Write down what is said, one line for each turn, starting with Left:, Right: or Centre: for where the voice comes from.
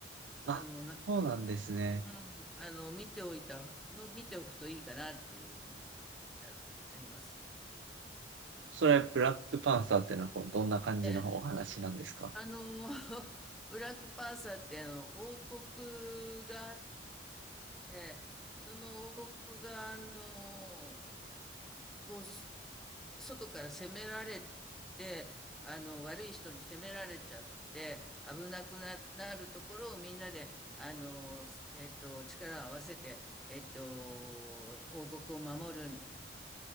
Centre: あの、
Right: あ、
Centre: なんか、
Right: そうなんですね。
Centre: うん、あの、見ておいた、む見ておくといいかなっていうのがある、ありますね。
Right: それ、ブラックパンサーってのはこうどんな感じのお話なんですか
Centre: ええあの、<laughs> ブラックパンサーってあの、王国があって、その王国があの、こう、外から攻められて、あの、悪い人に攻められちゃって、危なくな、なるところをみんなで、あの、えっと、力を合わせて、えっと、王国を守るみたいな